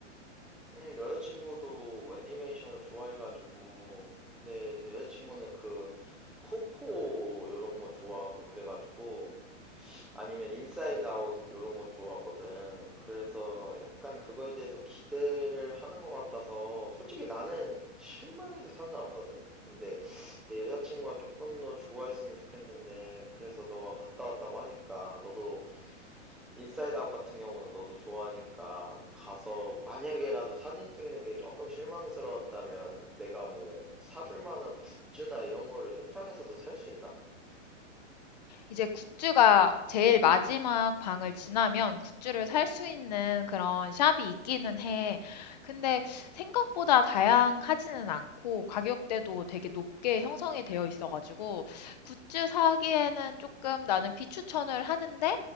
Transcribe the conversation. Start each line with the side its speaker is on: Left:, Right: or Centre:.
Centre: 음, 여자친구도 애니메이션을 좋아해가지고 근데 내 여자친구는 그 코코 요런 거 좋아하고 그래가지고 아니면 인사이드 아웃 요런 거 좋아하거든 그래서 약간 그거에 대해서 기대를 하는 것 같아서 솔직히 나는 실망해도 상관없거든 근데 내 여자친구가 조금 더 좋아했으면 좋겠는데 그래서 너가 갔다 왔다고 하니까 너도 인사이드 아웃 같은 경우는 너도 좋아하니까 뭐 가서 만약에라도 사진 찍는 게 조금 실망스러웠다면 내가 뭐 사줄 만한 굿즈나 이런 거를 현장에서도 살 수 있나?
Left: 이제 굿즈가 제일 마지막 방을 지나면 굿즈를 살 수 있는 그런 샵이 있기는 해. 근데 생각보다 다양하지는 않고 가격대도 되게 높게 형성이 되어 있어가지고 굿즈 사기에는 조금 나는 비추천을 하는데